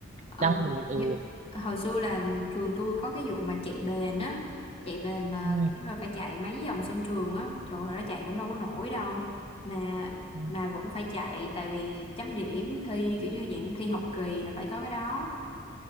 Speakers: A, on the left; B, on the right.
A: um,
B: đang buồn ừ.
A: như, hồi xưa là trường tôi có cái vụ mà chạy bền á, chạy bền mà
B: Ừ.
A: kiểu là phải chạy mấy vòng sân trường á, trời ơi, nó chạy cũng đâu có nổi đâu, mà
B: ừ.
A: mà vẫn phải chạy tại vì chấm điểm thi kiểu như dạng thi học kỳ là phải có cái đó.